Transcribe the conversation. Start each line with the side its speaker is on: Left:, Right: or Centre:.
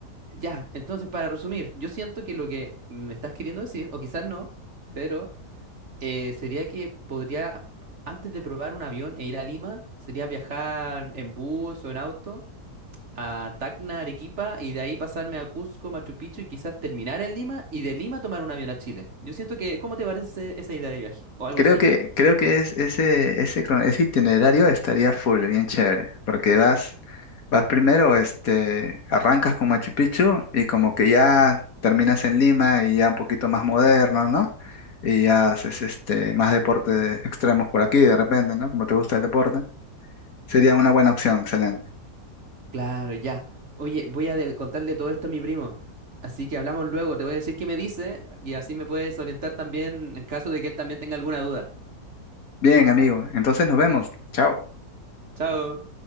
Right: Ya, entonces, para resumir, yo siento que lo que me estás queriendo decir, o quizás no, pero eh, sería que podría, antes de probar un avión e ir a Lima, sería viajar en bus o en auto a Tacna, Arequipa, y de ahí pasarme a Cusco, Machu Picchu, y quizás terminar en Lima, y de Lima tomar un avión a Chile. Yo siento que, ¿cómo te parece esa idea de viaje? O algo
Left: Creo
Right: así.
Left: que, creo que es ese, ese, cron- ese itinerario estaría full, bien chévere, porque vas, vas primero, este, arrancas con Machu Picchu y como que ya terminas en Lima y ya un poquito más moderno, ¿no? Y ya haces este, más deporte de extremos por aquí de repente, ¿no? Como te gusta el deporte. Sería una buena opción, excelente.
Right: Claro, ya. Oye, voy a de- contarle todo esto a mi primo. Así que hablamos luego, te voy a decir qué me dice, y así me puedes orientar también en caso de que él también tenga alguna duda.
Left: Bien, amigo, entonces nos vemos. Chao.
Right: Chao.